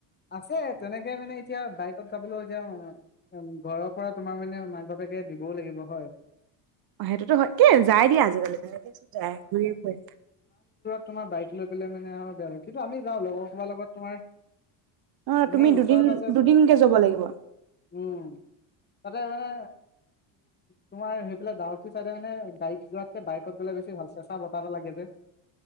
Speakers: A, on the left; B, on the right.
A: আছে তেনেকে মানে এতিয়া বাইকত যাবলৈ এতিয়া ঘৰৰ পৰা তোমাৰ মানে মাক বাপেকে দিবও লাগিব হয়
B: অ সেইটোতো হয় কি যায় দিয়া আজিকালি বনে ঘ ফুৰে
A: তোমাৰাইক লৈ পেলাই মানে আৰু <unintelligible> সেইটো আমি যাওঁ লগৰসভাৰ লগত তোমাৰ
B: অ
A: এনেই
B: তুমি
A: ওচৰে
B: দুদিন
A: পাজৰে
B: দুদিনকে
A: যোৱা
B: যাব লাগিব
A: উম। তাতে মানে তোমাৰ সেইফালে গাহ চাই মানে গাড়ীত যোৱাত বাইকত গলে বেছি ভাল চেঁচা বতাহটা লাগে যে